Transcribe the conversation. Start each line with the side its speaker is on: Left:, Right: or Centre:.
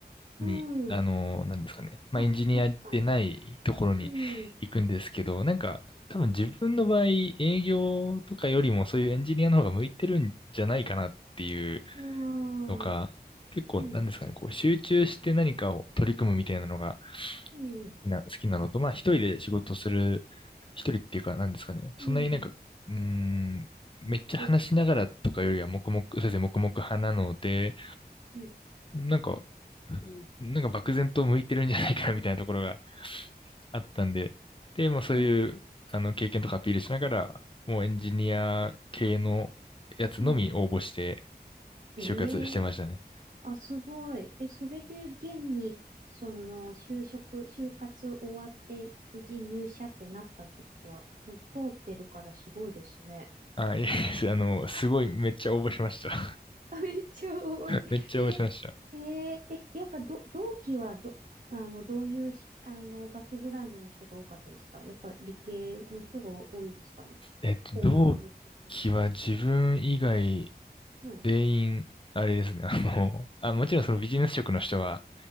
Right: うん。
Left: に、あの、なんですかね。まあ、
Right: あ、
Left: エンジニアでないところに行くんですけど、
Right: 確かに。うん。
Left: なんか、多分自分の場合、営業とかよりもそういうエンジニアの方が向いてるんじゃないかなっていう
Right: あ
Left: のか結構、
Right: あ、うん、
Left: なんですかね、こう、集中して何かを取り組むみたいなのが
Right: うん、
Left: 好きな、好きなのと、まあ、一人で仕事する、一人っていうか、なんですかね、そんなになんか、
Right: うん、
Left: うーん、めっちゃ話しながらとかよりは黙々、
Right: 黙々と。
Left: 先生黙々派なので、
Right: うん、うん、
Left: なんか、なんか漠然と向いてるんじゃないかなみたいなところがあったんで、で、もうそういう、
Right: ああ、
Left: あの、経験とかアピールしながら、もうエンジニア系のやつのみ応募して
Right: うん。ええ
Left: 就活してましたね。
Right: あ、すごい。え、それで現に、その、就職、就活終わって、無事入社ってなったってことは、そう、通ってるからすごいですね。
Left: あ、いえ、<laughs> あの、すごい、めっちゃ応募しました。<laughs>
Right: あ、めっちゃ多い。<laughs>
Left: めっちゃ応募しました。
Right: えー、えー、え、やっぱど、同期はど、あの、どういうし、あの、バックグラウンドの人が多かったですかやっぱ理系の人が多いですかね工学部系の。
Left: えっと、同期は自分以外
Right: はい。
Left: 全員、あれですね、あの、あ、もちろんそのビジネス職の人は、